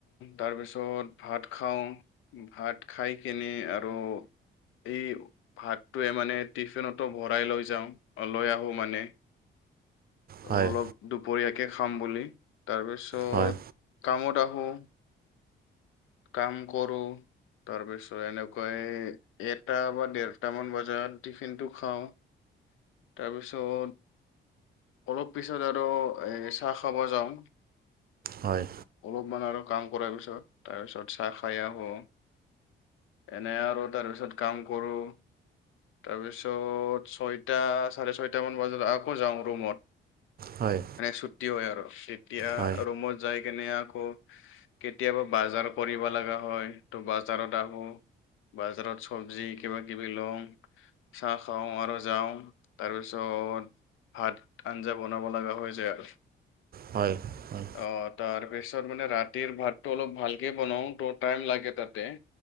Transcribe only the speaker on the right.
হয়
হয়
হয়
হয়
হয়
হয়
হয় হয়